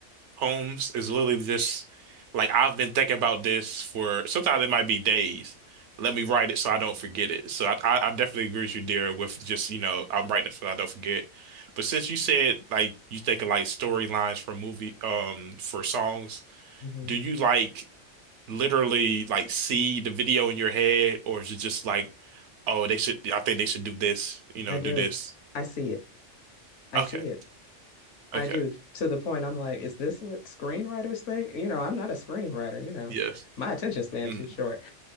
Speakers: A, on the right; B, on the left.
A: poems is literally just like I've been thinking about this for sometimes it might be days. Let me write it so I don't forget it. So I, I, I definitely agree with you there with just, you know, I'm writing it so I don't forget. But since you said like you think of like storylines for movie um for songs,
B: Mm-hmm.
A: do you like literally like see the video in your head or is it just like, oh, they should I think they should do this, you know,
B: I do.
A: do this.
B: I see it. I
A: Okay.
B: see it. I
A: Okay.
B: do. To the point I'm like, is this what screenwriters think? You know, I'm not a screenwriter, you know.
A: Yes.
B: My attention span
A: Mm,
B: too short.